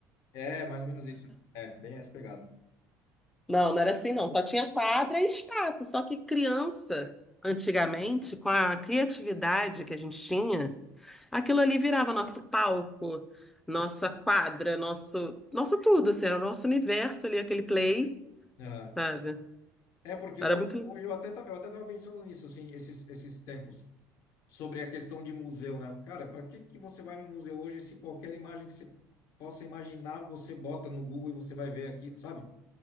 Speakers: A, on the left; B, in the centre.
A: É, mais ou menos isso. né? É, bem essa pegada.
B: Não, não era assim, não. Só tinha quadra e espaço. Só que criança, antigamente, com a criatividade que a gente tinha, aquilo ali virava nosso palco, nossa quadra, nosso, nosso tudo, assim, era o nosso universo ali, aquele play,
A: Aham.
B: sabe?
A: É, porque
B: Era
A: hoje,
B: muito.
A: hoje eu até, ta- eu até tava pensando nisso, assim, esses, esses tempos. sobre a questão de museu, né? Cara, para que que você vai no museu hoje se qualquer imagem que você possa imaginar, você bota no Google e você vai ver aqui, sabe?